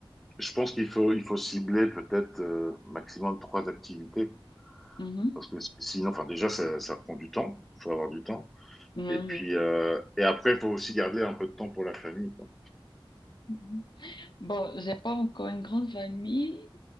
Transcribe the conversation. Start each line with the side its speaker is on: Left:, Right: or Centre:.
Centre: je pense qu'il faut, il faut cibler peut-être euh, maximum trois activités.
Left: Mhm.
Centre: Parce que sinon, enfin, déjà, ça, ça prend du temps. Il faut avoir du temps.
Left: Ouais, ouais.
Centre: Et puis, euh, et après, il faut aussi garder un peu de temps pour la famille, quoi.
Left: Mhm. Bon, j'ai pas encore une grande famille.